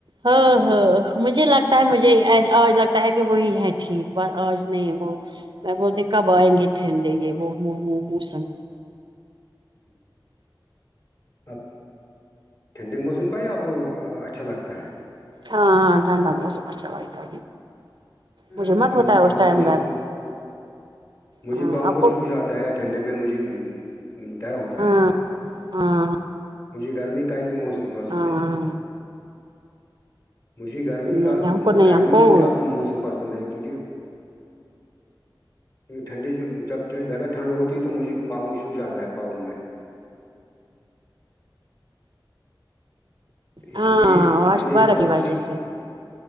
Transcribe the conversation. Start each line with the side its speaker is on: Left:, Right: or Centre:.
Right: ہاں ہاں مجھے لگتا ہے مجھے آج لگتا ہے کہ وہی ہے ٹھیک ب آج نہیں وہ میں بولتے کب آئیں گے تھےے یہ وہ موسم
Left: ہوں اب ٹھنڈے موسم کا ہی آپ کو اچھا لگتا ہے
Right: ہاں ہاں ٹھنڈا موسم اچھا لگتا مجھے
Left: ارے
Right: مت ہوتا ہے
Left: پاؤں
Right: اس ٹائم
Left: کو شو
Right: گھر
Left: مجھے
Right: ہاں
Left: پاؤں
Right: آپ
Left: کو سو جاتا ہے ٹھنڈے میں مجھے ڈر ہوتا
Right: ہاں
Left: ہے
Right: ہاں
Left: مجھے گرمی کا ہی موسم پسند
Right: ہاں
Left: ہے مجھے گرمی
Right: نہیں
Left: کا
Right: ہم کو
Left: نا
Right: نہیں
Left: گرمی
Right: ہم کو
Left: ہی کا موسم پسند ہے کیونکہ ٹھنڈی جب زیادہ ٹھنڈ ہوتی ہے تو مجھے پاؤ چھو جاتا ہے پاؤں میں تو اسی
Right: ہاں
Left: لیے
Right: آ
Left: میرے
Right: بارہ
Left: حساب
Right: کی واجہ سے